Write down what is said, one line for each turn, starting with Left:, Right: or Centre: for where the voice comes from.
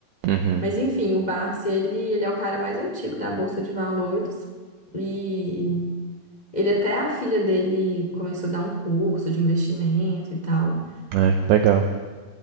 Right: Uhum.
Left: Mas enfim, o Barsi, ele, ele é o cara mais antigo da Bolsa de Valores. e Ele até a filha dele começou a dar um curso de investimento e tal.
Right: É, que legal.